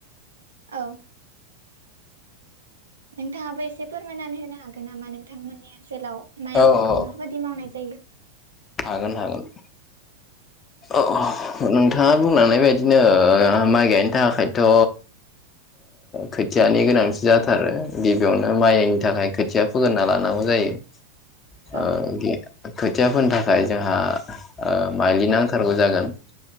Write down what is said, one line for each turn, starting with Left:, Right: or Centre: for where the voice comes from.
Right: औ नोंथाङाबो एसे फोरमायनानै होनो हागोन नामा नोंथांमोननि ओनसोलाव माइ
Left: औ
Right: आबादखौ
Left: औ
Right: माबायदि मावनाय जायो
Left: हागोन हागोन अ अ नोंथाङा बुंलांनाय बायदिनो माइ गायनो थाखायथ' खोथियानि गोनांथि जाथारो गिबियावनो माइनि थाखाय खोथिया फोगोरना लानांगौ जायो
Right: औ
Left: <inaudible> खोथिया फोनो थाखाय जोंहा माइलि नांथारगौ जागोन